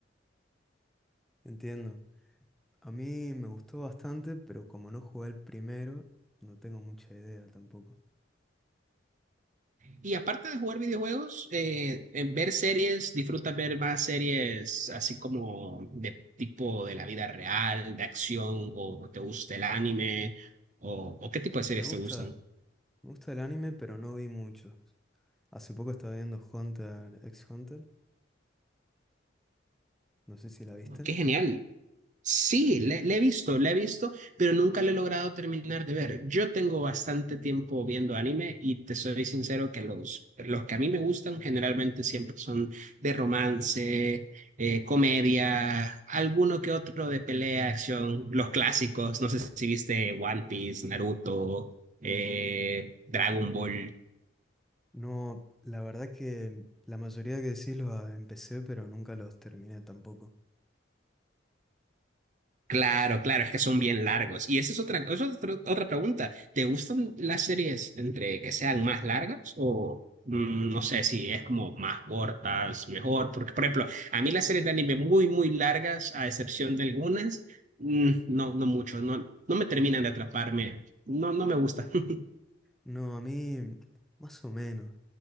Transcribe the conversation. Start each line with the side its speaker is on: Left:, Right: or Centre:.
Centre: Entiendo. A mí me gustó bastante, pero como no jugué al primero, no tengo mucha idea tampoco.
Right: Y aparte de jugar videojuegos, eh, en ver series, disfrutas ver más series así como de tipo de la vida real, de acción, o te gusta el anime, o, o qué tipo de series
Centre: Me gusta,
Right: te gustan.
Centre: me gusta el anime, pero no vi mucho. Hace poco estaba viendo Hunter x Hunter, no sé si la viste.
Right: Qué genial. Sí, le, le he visto, le he visto, pero nunca le he logrado terminar de ver. Yo tengo bastante tiempo viendo anime y te soy sincero que los, los que a mí me gustan generalmente siempre son de romance, eh, comedia, alguno que otro de pelea, acción, los clásicos. No sé si viste One Piece, Naruto, eh, Dragon Ball.
Centre: No, la verdad que la mayoría que decís los ah, empecé, pero nunca los terminé tampoco.
Right: Claro, claro, es que son bien largos. Y esa es otra, eso es otro- otra pregunta. ¿Te gustan las series entre que sean más largas o mm, no sé si es como más cortas, mejor? Porque, por ejemplo, a mí las series de anime muy, muy largas, a excepción de algunas, mm, no, no mucho, no, no me terminan de atraparme. No, no me gusta. <laughs>
Centre: No, a mí más o menos.